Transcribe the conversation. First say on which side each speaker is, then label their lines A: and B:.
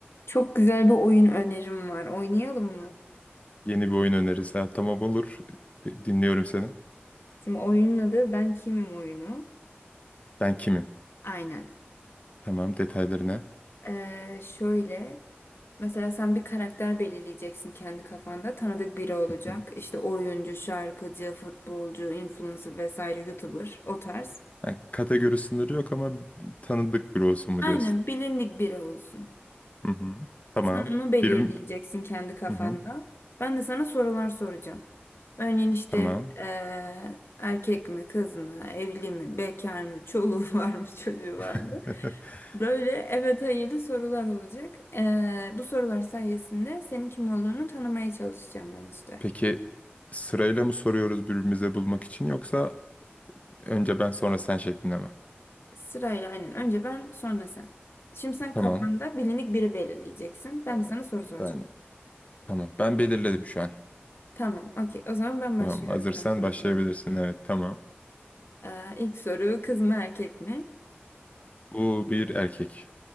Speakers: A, on the left (about 70°); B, on the left (about 35°).
A: Çok güzel bir oyun önerim var. Oynayalım mı?
B: Yeni bir oyun önerisi. Ha, tamam olur. Bir Dinliyorum seni.
A: Şimdi oyunun adı Ben Kimim oyunu.
B: Ben kimim?
A: Aynen.
B: Tamam detaylarına.
A: Ee, şöyle. Mesela sen bir karakter belirleyeceksin kendi kafanda. Tanıdık biri olacak.
B: Hı hı.
A: İşte oyuncu, şarkıcı, futbolcu, influencer vesaire, YouTuber o tarz.
B: Ha, kategori sınırı yok ama tanıdık biri olsun mu
A: Aynen
B: diyorsun?
A: bilindik biri olsun.
B: Hı hı. Tamam.
A: Sen onu belirleyeceksin
B: Bir...
A: kendi kafanda.
B: Hı hı.
A: Ben de sana sorular soracağım. Örneğin işte
B: Tamam.
A: ee, erkek mi, kız mı, evli mi, bekar mı, çoluğu <laughs> var mı, çocuğu var
B: <laughs>
A: mı? Böyle evet hayırlı sorular olacak. Ee, bu sorular sayesinde senin kim olduğunu tanımaya çalışacağım ben işte.
B: Peki sırayla mı soruyoruz birbirimize bulmak için yoksa önce ben sonra sen şeklinde mi?
A: Sırayla aynen. Önce ben sonra sen. Şimdi sen
B: Tamam.
A: kafanda bilindik biri belirleyeceksin. Ben
B: Ee,
A: de sana soru soracağım.
B: Ben tamam. Ben belirledim şu an.
A: Tamam, okey. O zaman ben başlıyorum
B: Tamam. Hazırsan
A: sana soru
B: başlayabilirsin.
A: sormaya.
B: Evet, tamam.
A: Ee, ilk soru kız mı erkek mi?
B: Bu bir erkek.